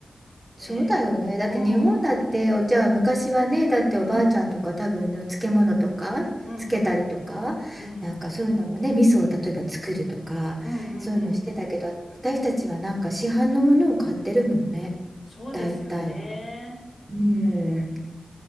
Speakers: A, on the right; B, on the left.
A: そうだよね。
B: ねえうん
A: だって日本だってお茶は昔はね、だっておばあちゃんとか多分の漬物とかつけたりとか、
B: うんうんうんうん
A: なんかそういうのもね、味噌を例えば作るとか、
B: うんうんうん
A: そういうのしてたけど、私たちはなんか市販のものを買ってるもんね。
B: そうですよね。
A: 大体は。うん。
B: ねえ。